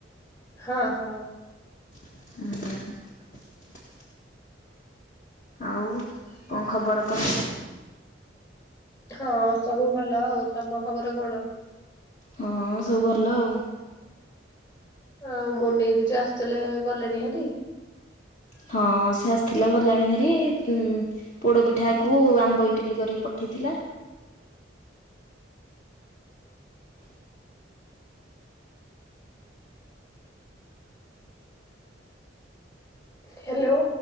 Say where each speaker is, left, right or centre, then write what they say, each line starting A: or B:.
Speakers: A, on the left (about 20°); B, on the left (about 40°).
A: ହଁ ହଁ।
B: ହୁଁ। ଆଉ କଣ ଖବର କଣ?
A: ହଁ ସବୁ ଭଲ ଆଉ ତମ ଖବର କଣ?
B: ହଁ ସବୁ ଭଲ ଆଉ।
A: ଆଉ ମୁନି ଦିଜ ଆସିଥିଲେ ଗଲେଣି ହାରି।
B: ହଁ ସେ ଆସିଥିଲା ଗଲାଣି ହେରି ଉଁ ପୋଡ଼ ପିଠାକୁ ଆମ୍ବ ଇଟିଲି କରିକି ପଠେଇଥିଲା।
A: ହ୍ୟାଲୋ।